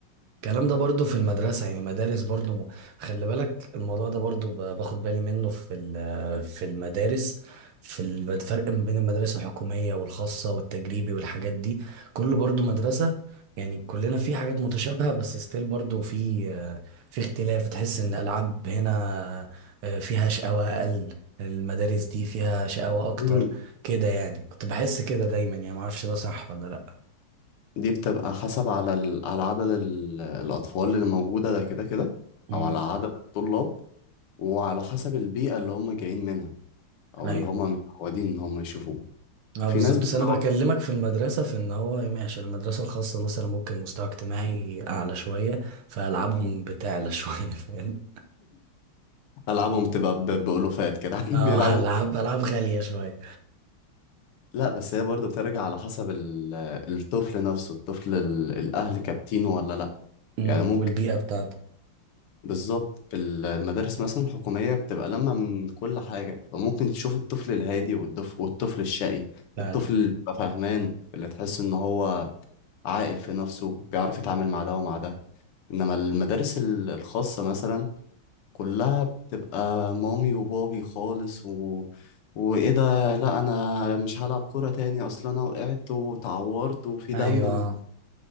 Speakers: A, on the right; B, on the left.
A: الكلام ده برضو في المدرسة يعني مدارس برضو م... خلي بالك الموضوع ده برضو ب... باخد بالي منه في ال... في المدارس في الب- الفرق ما بين المدرسة الحكومية والخاصة والتجريبي والحاجات دي كله برضو مدرسة يعني كلنا في حاجات متشابهة بس ستيل برضو في آه، في اختلاف تحس ان الألعاب هنا آه، فيها شقاوة أقل المدارس دي فيها شقاوة أكتر
B: <laughs>
A: كده يعني كنت بحس كده دايما يعني معرفش ده صح ولا لأ
B: دي بتبقى حسب على ال... على عدد ال... الأطفال اللي موجودة ده كده كده
A: مم.
B: أو على عدد الطلاب وعلى حسب البيئة اللي هم جايين منها أو
A: أيوة
B: اللي هم متعودين إن هم يشوفوه
A: اه
B: في
A: بالظبط
B: ناس بتبقى
A: بس انا بكلمك في المدرسه في ان هو يعني عشان المدرسه الخاصه مثلا ممكن مستوى اجتماعي اعلى شويه فالعابهم بتعلى <laughs> شويه فاهم
B: ألعابهم بتبقى ب... بألوفات كده <laughs> قاعدين
A: اه
B: بيلعبوا
A: العاب العاب غاليه شويه
B: لا بس هي برضه بترجع على حسب ال... الطفل نفسه الطفل ال... الأهل كابتينه ولا لأ
A: امم
B: يعني ممكن
A: والبيئه بتاعته
B: بالظبط ال- المدارس مثلا الحكومية بتبقى لما من كل حاجة فممكن تشوف الطفل الهادي والدف- والطفل الشقي
A: فعلا
B: الطفل اللي بيبقى فاهمان اللي تحس إن هو عاقل في نفسه بيعرف يتعامل مع ده ومع ده إنما المدارس ال- الخاصة مثلا كلها بتبقى مامي وبابي خالص و... وإيه ده لأ أنا مش هلعب كورة تاني أصل أنا وقعت وتعورت وفي
A: ايوه
B: دم و...